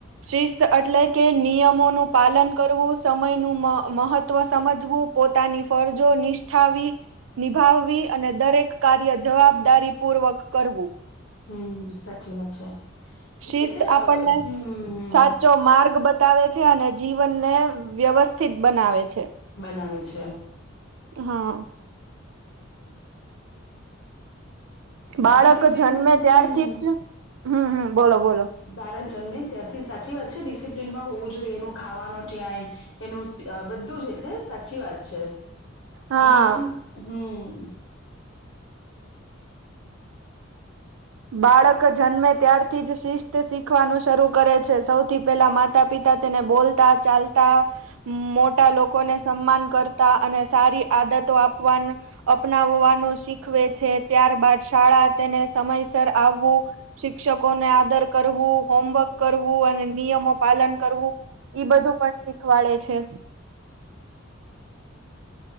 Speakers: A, on the right (about 75°); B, on the left (about 65°).
A: શિસ્ત એટલે કે નિયમો નું પાલન કરવું સમય નું મહત્વ સમજવું પોતાની ફરજો નિષ્ઠાવી નિભાવવી અને દરેક કાર્ય જવાબદારી પૂર્વક કરવું.
B: હમ સાચી વાત છે
A: શિસ્ત
B: એટલે
A: આપણને
B: અ હમ
A: સાચો માર્ગ બતાવે છે અને જીવનને વ્યવસ્થિત બનાવે છે.
B: બનાવે છે.
A: હા બાળક
B: ડિસિપ્લિન
A: જન્મે
B: હમ
A: ત્યારથી જ હમ હમ બોલો બોલો
B: ભારત જન્મે ત્યાંથી સાચી વાત છે ડિસિપ્લિનમાં હોવું જોઈએ એનું ખાવાનું ત્યાં ટાઈમ એનું બધું જ એટલે સાચી વાત છે.
A: હા
B: નિયમ હમ
A: બાળક જન્મે ત્યારથી જ શિસ્ત શીખવાનું શરૂ કરે છે સૌથી પહેલા મા માતા પિતા તેને બોલતા ચાલતા મોટા લોકોને સન્માન કરતા અને સારી આદતો આપવાનું અપનાવવાનું શીખ શખવે છે ત્યાર બાદ શાળા તેને સમયસર આવવું શિક્ષકોને આદર કરવું હોમવર્ક કરવું અને નિયમો પાલન કરવું. ઈ બધું પણ શીખવાડે છે.